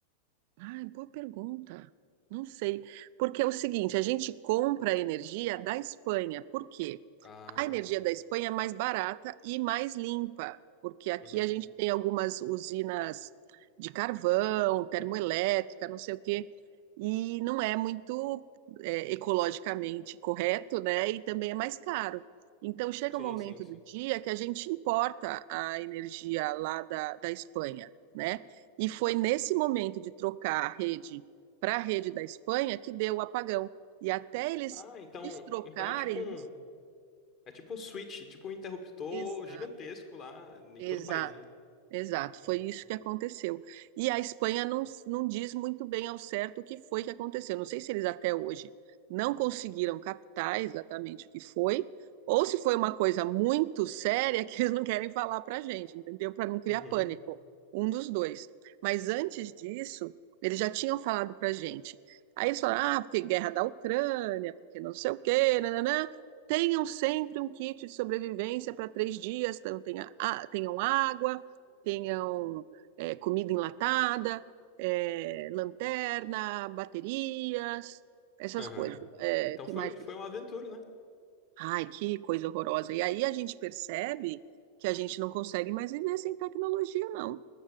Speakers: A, on the right; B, on the left.
A: Ah, boa pergunta. Não sei. Porque é o seguinte, a gente compra a energia da Espanha. Por quê?
B: Ah,
A: A energia da Espanha é mais barata e mais limpa, porque aqui
B: uhum.
A: a gente tem algumas usinas de carvão, termoelétrica, não sei o quê, e não é muito é, ecologicamente correto, né? E também é mais caro. Então chega
B: Sim,
A: um momento
B: sim, sim.
A: do dia que a gente importa a energia lá da, da Espanha. né? E foi nesse momento de trocar a rede para a rede da Espanha que deu o apagão. E até eles
B: Ah, então,
A: destrocarem
B: então é tipo um
A: isso.
B: É tipo um switch, tipo um interruptor
A: exa-
B: gigantesco lá em
A: Exato.
B: todo o país, né?
A: Exato,
B: Entendi.
A: foi isso que aconteceu. E a Espanha não, não diz muito bem ao certo o que foi que aconteceu. Não sei se eles até hoje não conseguiram captar exatamente o que foi, ou se foi uma coisa muito séria que eles não querem falar para a gente, entendeu? Para não criar
B: Uhum.
A: pânico. Um dos dois. Mas antes disso, eles já tinham falado para a gente. Aí eles falaram: ah, porque guerra da Ucrânia, porque não sei o quê, nananã. Tenham sempre um kit de sobrevivência para três dias, então tenha, a- tenham água tenham é, comida enlatada, é, lanterna, baterias, essas
B: Aham.
A: coisas. É,
B: Então
A: que
B: foi,
A: mais?
B: foi uma aventura, né?
A: Ai, que coisa horrorosa. E aí a gente percebe que a gente não consegue mais viver sem tecnologia, não.